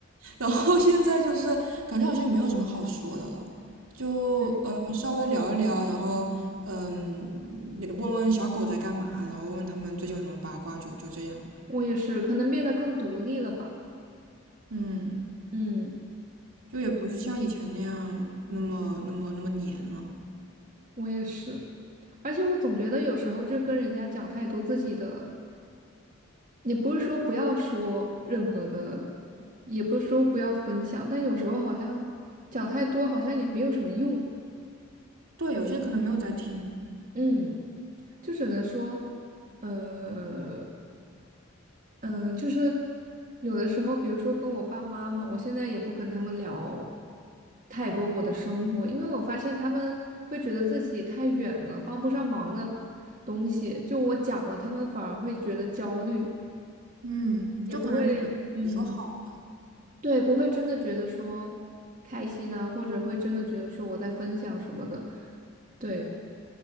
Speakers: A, on the right; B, on the right.
A: 然后现在就是感觉好像也没有什么好说的了，就嗯呃稍微聊一聊，
B: 对
A: 然后嗯也问问小狗在干嘛，然后问他们最近有什么八卦，就就这样。
B: 我也是，可能变得更独立了吧。
A: 嗯，
B: 嗯，
A: 就也不是像以前那样那么那么那么黏了。
B: 我也是，而且我总觉得有时候就跟人家讲太多自己的，也不是说不要说任何的，也不是说不要分享，但有时候好像讲太多好像也没有什么用。
A: 对，有些可能没有在听，
B: 嗯，就只能说，呃。嗯，就是有的时候，比如说跟我爸爸妈妈，我现在也不跟他们聊太多我的生活，因为我发现他们会觉得自己太远了，帮不上忙的东西，就我讲了，他们反而会觉得焦虑，
A: 嗯，
B: 也不会，
A: 就可能只只说好，
B: 嗯，对，不会真的觉得说开心啊，或者会真的觉得说我在分享什么的。对，